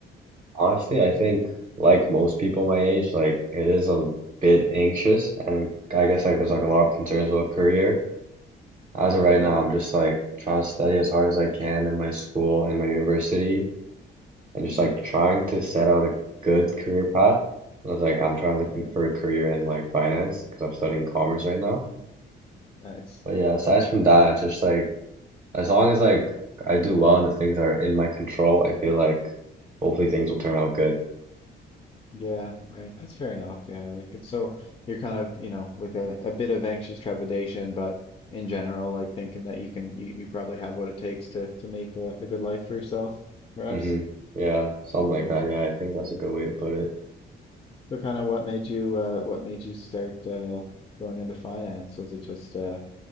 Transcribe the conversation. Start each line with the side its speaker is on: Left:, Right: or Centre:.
Right: Honestly, I think like most people my age, like it is a bit anxious and I guess like there's
Left: Mm,
Right: like a lot of concerns about career. As of
Left: Yeah.
Right: right now, I'm just like trying to study as hard as I can in my school, in my university, and
Left: Mm,
Right: just like trying to set out a good career path. I was like I'm trying like,
Left: yeah,
Right: looking for a career in like finance because I'm studying commerce right now.
Left: yeah, nice.
Right: But yeah, aside from that, it's just like as long as like I do well and the things that are in my control, I feel like hopefully things will turn out good.
Left: Yeah, right. That's fair enough. Yeah, like it's so you're kind of, you know, with a, a bit of anxious trepidation, but in general, like thinking that you can, you, you probably have what it takes to to make a, a good life for yourself, perhaps.
Right: hmm Yeah, something like
Left: Yeah.
Right: that. Yeah, I think that's a good way to put it.
Left: So kind of what made you, uh, what made you start uh, going into finance? Was it just uh,